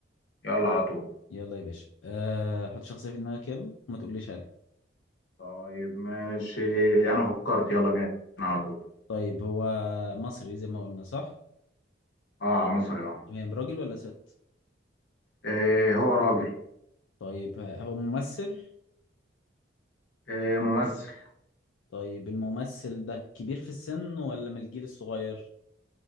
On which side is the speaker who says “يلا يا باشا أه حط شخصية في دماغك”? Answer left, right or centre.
Left